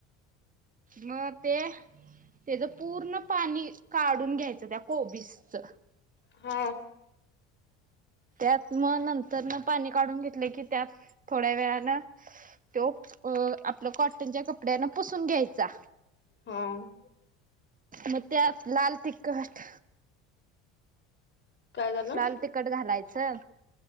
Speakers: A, on the right; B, on the left.
A: म ते त्याच पूर्ण पाणी काढून घ्यायचं त्या कोबी च
B: हां
A: त्यात मग नंतरन पाणी काढून घेतलं की त्यात थोड्या वेळान तो अ आपलं कॉटनच्या कपड्यान पुसून घ्यायचा.
B: हां
A: म त्यात लाल तिखट
B: काय झालं
A: लाल तिखट घालायचं.